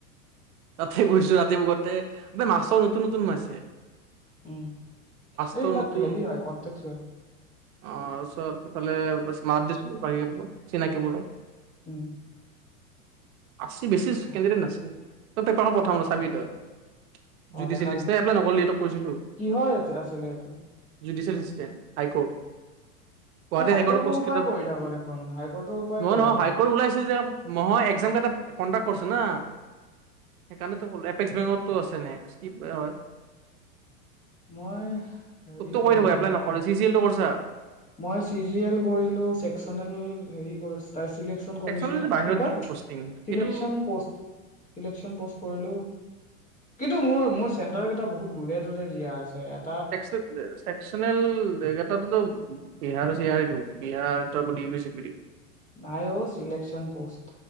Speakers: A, on the right; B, on the left.
A: তাতে গৈছো ৰাতিপুৱাতে এ মাষ্টৰ নতুন নতুন সোমাইছে।
B: উম। এইবিলাক
A: নতুন
B: হেৰি হয় কনটেক্সুৱেল
A: তাৰপিছত ইফালে <unintelligible> মাৰ্ দি চিনাকি বোৰৰ
B: উম।
A: আছে বেছি
B: নাই
A: কেন্দীডেট নাছিল। পেপাৰ খন পঠাম ৰ চাবি তই। জুডিচিয়েলিস্ত
B: অ দেখাবি
A: এ, এইবিলাক নকলি এইটো কৈছিলো।
B: কিহৰ এইটো আছিলে এইটো
A: জুডিচিয়েলিস্ত। হাইকৰ্ট। গুৱাহাটী
B: তই
A: হাইকৰ্টৰ পোষ্ট
B: সোপাই
A: কেইটা।
B: কৰি থাক দেখোন হাইকৰ্টৰ সোপাই
A: নহয়-নহয়
B: কৰি থাক
A: হাইকৰ্ট
B: অ
A: ওলাইছিল যে <unintelligible> কনডাক্ট কৰচে না। সেইকাৰণেতো হ'ল, এপেচ বেংকত তো এছ এনেক্স কি হয়।
B: মই হেৰি
A: তোকতো
B: কৰিছো
A: কৈ থাকো এপ্লাই
B: কি
A: নকৰ,
B: কয়
A: চি চিল তো কৰছা।
B: মই চিজিয়েল কৰিলো চেকচনেল হেৰি অচ তাৰ চিলেকশন কমিচন,
A: চেকচনেল যে বাহিৰত
B: কি কয়,
A: দিব পষ্টিং সেইটো
B: চিলেকচন পষ্ট, চিলেকচন প'ষ্ট কৰিলো। কিন্তু মোৰ-মোৰ চেণ্টাৰ কেইটা বহুত দূৰে দূৰে দিয়া আছে এট
A: <unintelligible> চেকচনেল জেগাটোতো বিহাৰ আছে ইয়াৰ এইটো, বিহাৰ <unintelligible>
B: নাই অ চিলকশন পোষ্ট।